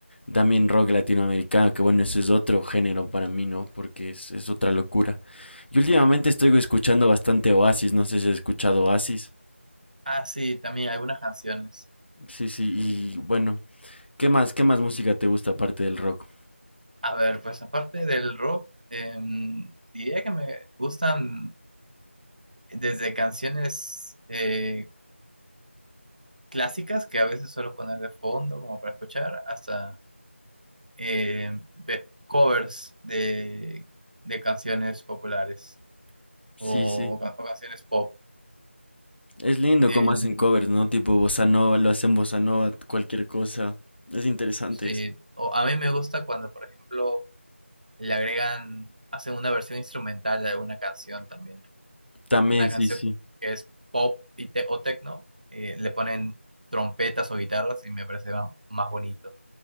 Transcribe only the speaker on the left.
también rock latinoamericano, que bueno, eso es otro género para mí, ¿no? Porque es, es otra locura. Y últimamente estoy escuchando bastante Oasis. No sé si has escuchado Oasis.
Sí, sí, y bueno. ¿Qué más, qué más música te gusta aparte del rock?
Sí,
sí.
Es lindo
cómo hacen covers, ¿no? Tipo bossa nova, lo hacen bossa nova, cualquier cosa. Es interesante
esto.
También,
sí, sí.